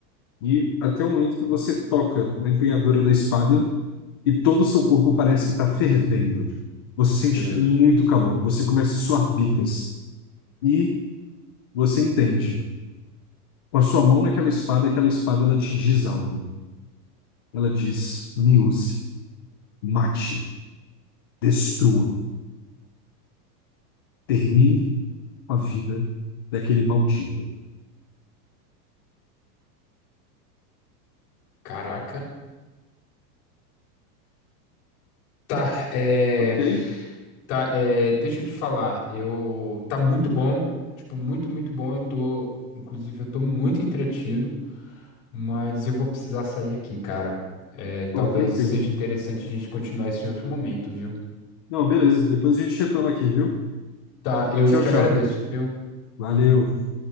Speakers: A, on the left; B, on the left.
A: E até o momento que você toca na empunhadura da espada e todo o seu corpo parece que está fervendo. Você sente
B: Meu Deus.
A: muito calor. Você começa a suar bicas. E Você entende. Com a sua mão naquela espada, aquela espada ela te diz algo. Ela diz: me use, mate, destrua, termine com a vida daquele maldito.
B: Caraca. Tá, é...
A: Ok,
B: Tá, é... deixa eu te falar. Eu... Tá muito bom. Tipo, muito, muito bom. Eu tô... Inclusive, eu tô muito entretido, mas eu vou precisar sair aqui, cara. É, Talvez
A: pô, tranquilo.
B: seja interessante a gente continuar isso em outro momento, viu?
A: Não, beleza. Depois a gente retoma aqui, viu?
B: Tá,
A: Então,
B: eu
A: tchau,
B: te
A: tchau.
B: agradeço, viu?
A: Valeu.